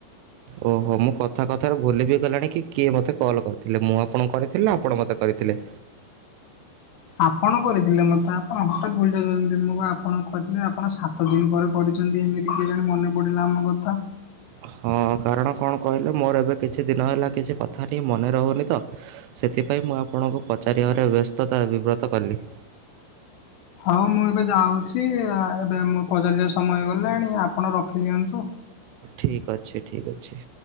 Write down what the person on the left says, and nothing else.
ଆପଣ କରିଥିଲେ ମତେ ଆପଣ ହଠାତ୍ ଭୁଲିଯାଉଛନ୍ତି ମୁଁ ପା ଆପଣଙ୍କୁ କହିଥିଲି ଆପଣ ସା ତ ଦିନ ପରେ କରିଛନ୍ତି ଏମିତି କିଏ ଜାଣି ମନେ ପଡ଼ିଲା ଆମ କଥା।
ହଉ ମୁଁ ଏବେ ଯାଉଛି ଏବେ ମୁଁ ପଚାରିବା ସମୟ ହେଇଗଲାଣି ଆପଣ ରଖିଦିଅନ୍ତୁ।